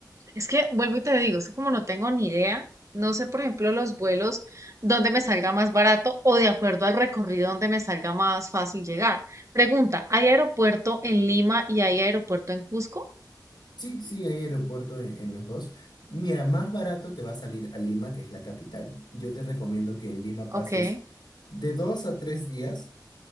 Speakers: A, on the right; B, on the left.
A: Es que vuelvo y te digo, es que como no tengo ni idea, no sé, por ejemplo, los vuelos donde me salga más barato o de acuerdo al recorrido donde me salga más fácil llegar. Pregunta, ¿hay aeropuerto en Lima y hay aeropuerto en Cusco?
B: Sí, sí, hay aeropuerto en, en los dos. Mira, más barato te va a salir a Lima, que es la capital. Yo te recomiendo que en Lima pases
A: Ok.
B: de dos a tres días